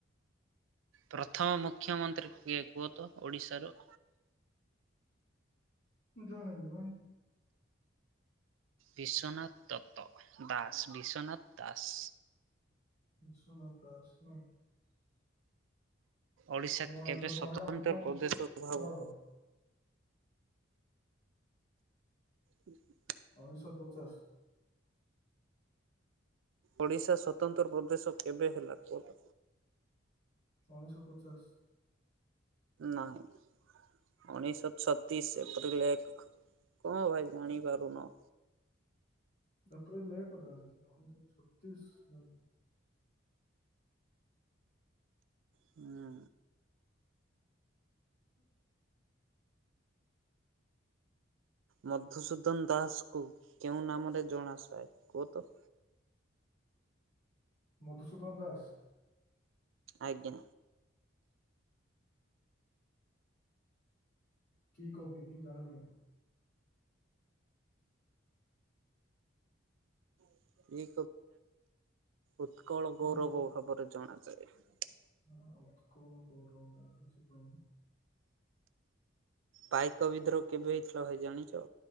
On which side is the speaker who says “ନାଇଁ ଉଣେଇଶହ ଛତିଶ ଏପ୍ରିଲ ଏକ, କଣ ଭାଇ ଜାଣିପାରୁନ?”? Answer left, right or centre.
Right